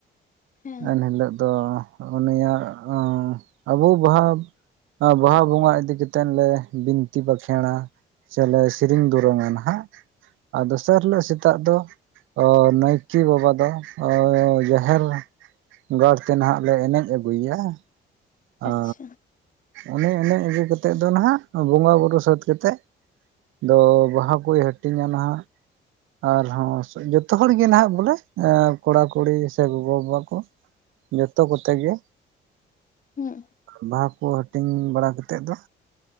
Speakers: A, on the left (about 40°); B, on the right (about 80°).
A: ᱦᱮᱸ
B: ᱮᱱ ᱦᱤᱞᱚᱜ ᱫᱚ ᱩᱱᱤᱭᱟᱜ ᱟᱵᱚ ᱵᱟᱦᱟ ᱵᱟᱦᱟ ᱵᱚᱸᱜᱟ ᱤᱫᱤ ᱠᱟᱛᱮᱫ ᱞᱮ ᱵᱤᱱᱛᱤ ᱵᱟᱠᱷᱮᱲᱟ ᱾ ᱥᱮᱞᱮ ᱥᱮᱨᱮᱧ ᱫᱩᱨᱟᱹᱝᱟ ᱱᱟᱦᱟᱜ ᱟᱨ ᱫᱚᱥᱟᱨ ᱦᱤᱞᱚᱜ ᱥᱮᱛᱟᱜ ᱫᱚ ᱚᱼᱱᱟᱭᱠᱮ ᱵᱟᱵᱟ ᱫᱚ ᱚᱻ ᱡᱟᱦᱮᱨ ᱜᱟᱲᱛᱮ ᱱᱟᱦᱟᱜ ᱞᱮ ᱮᱱᱮᱡ ᱟᱹᱜᱩᱭᱮᱭᱟ᱾ ᱟᱨᱻ
A: ᱟᱪᱪᱷᱟ
B: ᱩᱱᱮ ᱮᱱᱮ ᱟᱹᱜᱩ ᱠᱟᱛᱮᱫ ᱫᱚ ᱱᱟᱦᱟᱸᱜ ᱵᱚᱸᱜᱟᱼᱵᱩᱨᱩ ᱥᱟᱹᱛ ᱠᱟᱛᱮᱫ ᱫᱚ ᱵᱟᱦᱟ ᱠᱚᱭ ᱦᱟᱹᱴᱤᱧᱟ ᱱᱟᱦᱟᱜ ᱟᱨᱦᱚᱸ ᱡᱚᱛᱚ ᱦᱚᱲ ᱜᱮ ᱱᱟᱦᱟᱜ ᱵᱚᱞᱮ ᱠᱚᱲᱟ ᱠᱩᱲᱤ ᱥᱮ ᱜᱚᱜᱚ ᱵᱟᱵᱟ ᱠᱚ ᱡᱚᱛᱚ ᱠᱚᱛᱮ ᱜᱮ
A: ᱦᱩᱸ
B: ᱵᱟᱦᱟ ᱠᱚ ᱦᱟᱹᱴᱤᱧ ᱵᱟᱲᱟ ᱠᱟᱛᱮᱫ ᱫᱚ